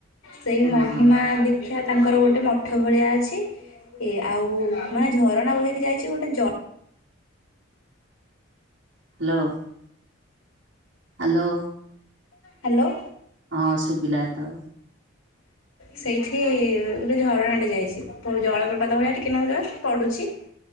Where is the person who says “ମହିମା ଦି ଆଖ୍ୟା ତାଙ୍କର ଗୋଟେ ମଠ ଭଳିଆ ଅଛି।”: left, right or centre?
Left